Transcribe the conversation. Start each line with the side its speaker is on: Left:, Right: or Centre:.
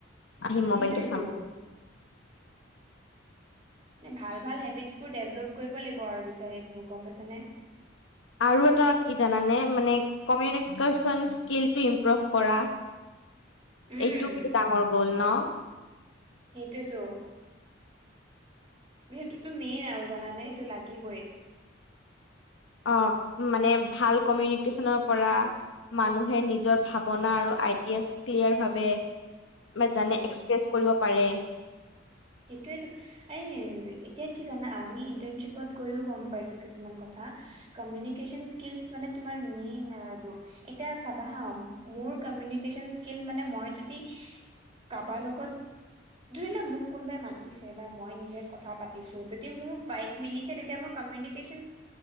Left: আহি মোবাইলটো
Right: সেইটোয়েতো
Left: চাম।
Right: ভাল ভাল হেবিটছ বোৰ ডেভলপ কৰিব লাগিব আৰু বিচাৰ গম পাইছ নে।
Left: আৰু এটা কি জানানে মানে কমিউনিকচন স্কিল। ইম্প্ৰুভ কৰা
Right: উম
Left: এইটো কি ডাঙৰ গ'ল ন।
Right: সেইটোৱেতো। সেইটোতো মেইন আৰু জানানে সেইটো লাগিবই।
Left: অ মানে ভাল কমিউনিকেশ্যনৰ পৰা। মানুহে নিজৰ ভাৱনা আৰু আইডিয়াছ ক্লিয়াৰ ভাৱে। বা জানে
Right: উম।
Left: এক্সপ্ৰেছ কৰিব পাৰে।
Right: সেইটোয়ো আ এতিয়া কি জানা আমি ইন্টাৰনশ্বিপত গৈয়ও গম পাইছোঁ কিছুমান কথা। বা কমিউনিকেচন স্কীলছ মানে তোমাৰ মেইন এতিয়া চাবা হা মোৰ। কমিউনিকেচন স্কীলছ মানে মই যদি কাবাৰ লগত যদি ন মোক। কোনোবাই মাতিছে বা মই নিজে কথা পাতিছোঁ যদি মোৰ বাইফ মিলিছে তেতিয়া মোৰ কমিউনিকেচন।